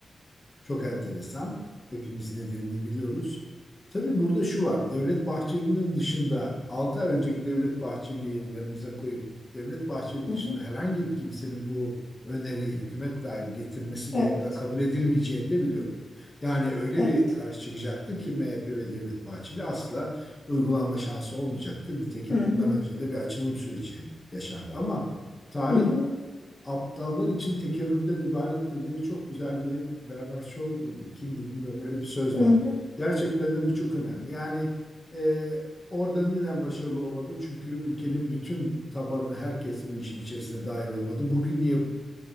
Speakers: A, on the left; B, on the left.
A: çok enteresan. Hepimiz nedenini biliyoruz. Tabii burada şu var. Devlet Bahçeli'nin dışında 6 ay önceki Devlet Bahçeli'yi yanımıza koyup Devlet Bahçeli'nin
B: hı
A: dışında
B: hı.
A: herhangi bir kimsenin bu öneriyi hükümet dahil getirmesi
B: Evet.
A: durumunda kabul edilmeyeceğini de biliyorduk. Yani öyle
B: Evet.
A: bir karşı çıkacaktı ki MHP ve Devlet Bahçeli asla uygulanma şansı olmayacaktı. Nitekim
B: Hı
A: bundan
B: hı,
A: önce de bir açılım süreci yaşandı ama tarih
B: hı hı,
A: aptallar için tekerrürden ibarettir diye çok güzel bir Bernard Shaw muydu? Kimdi bilmiyorum öyle bir söz
B: hı
A: var.
B: hı,
A: Gerçekten de bu çok önemli. Yani e, orada neden başarılı olmadı? Çünkü ülkenin bütün tabanı herkes bu işin içerisine dahil olmadı. Bugün niye